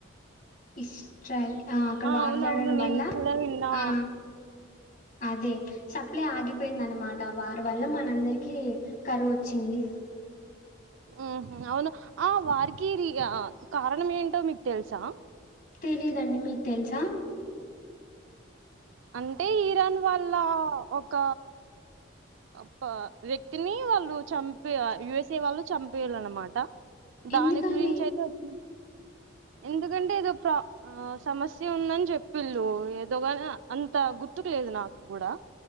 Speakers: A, on the left; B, on the right.
A: ఇష్ ట్రైల్ ఆ అక్కడ వార్
B: అవునవును
A: జరగడం
B: నేను
A: వల్ల
B: కూడా విన్నా
A: ఆ అదే సప్ ప్లే ఆగిపోయిందనమాట వారి వల్ల మనందరికి కరువచ్చింది.
B: ఉహ అవును ఆ వారికి రి ఆ కారణం ఏంటో మీకు తెలుసా.
A: తెలీదండి మీకు తెల్సా.
B: అంటే ఇరాన్ వాళ్ళ ఒక అ వ్యక్తిని వాళ్ళు చంపి ఆ యూ ఎస్ ఏ వాళ్ళు చంపిలన్నమాట. దాని
A: ఎందుకండి
B: గురించయితే వచ్చినయ్ ఎందుకంటే ఏదో ప్రా ఆ సమస్య ఉందని జెప్పిల్ళు ఏదోగాన్ అంత గుర్తుకు లేదు నాగ్గుడా